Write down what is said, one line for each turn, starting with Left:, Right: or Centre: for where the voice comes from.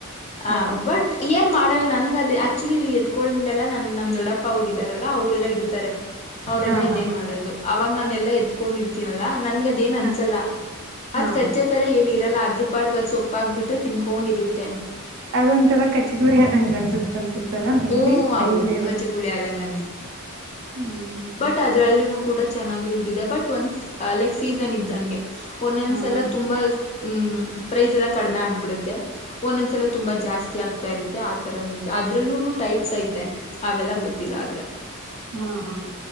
Left: ಹಾ,
Right: ಓ
Left: ಬಟ್ ಎ ಮಾಡಲ್ಲ ನನ್ಗ ಅದೆ ಆಕ್ಚುಲಿ ಎತ್ಕೊಂಡೆಲ್ಲ ನನ್ ನಮ್ ದೊಡ್ಡಪ್ಪ ಅವ್ರು ಇದ್ದಾರಲ್ಲಾ ಅವರೆಲ್ಲ ಇಡ್ತಾರೆ. ಅವರೆೆಲ್ಲಾ
Right: ಹಾ
Left: ಇದೇ
Right: ಹಾ
Left: ಮಾಡೋದು ಅವಾಗ ನಾನ ಎಲ್ಲಾ ಎತ್ಕೊಂಡಿರ್ತೀನಲ್ಲಾ ನನ್ಗ ಏನ್ ಅನ್ಸಲ್ಲ
Right: ಹಾ
Left: ಅದ್
Right: ಹಾ
Left: ಕಚ್ಚತ್ ಈ ಥರ ಏನ ಇರಲ್ಲ ಅದ್ರ ಪಾಟ್ಗೆ ಅದು ಸೊಪ್ಪಾಗಿಬಿಟ್ರೆ ತಿನ್ಕೊಂಡಿರುತ್ತೆ.
Right: ಅದೊಂತರ ಕಚ್ಚಗುಳಿ ಆದಂಗ ಅನ್ಸುತ್ತೆ. ಅನ್ಸುತ್ತಲ್ಲ ಮೇ
Left: ಹ್ಮ
Right: ಬಿ ಹೈಲ್
Left: ಹೌದು ಕಚಗುಳಿ ಆದಂಗ
Right: ಹ್ಮ
Left: ಟ್ ಅದ್ರಲ್ಲಿ ಕೂಡ ಚೆನ್ನಾಗಿ ದುಡ <unintelligible> ದೆ ಬಟ್ ಒ ಲೈಕ್ ಸೀಸನ್ ಇದ್ದಂಗೆ. ಒಂದೊಂದಸಲ
Right: ಹಾ
Left: ಎಲ್ಲ ತುಂಬಾ ಹ್ಮ ಪ್ರೈಸ್ ಎಲ್ಲಾ ಕಡಿಮೆ ಆಗ್ಬಿಡುತ್ತೆ. ಒಂದೊಂದ್ಸಲ ತುಂಬಾ ಜಾಸ್ತಿ ಆಗ್ತಾ ಇರುತ್ತೆ ಆ ತರನು ಇದೆ. ಅದ್ರಲ್ಲೂ ಟೈಪ್ಸ್ ಐತೆ ಅವೆಲ್ಲ ಗೊತ್ತಿಲ್ಲ ಆದ್ರೆ
Right: ಹಾ, ಹಾ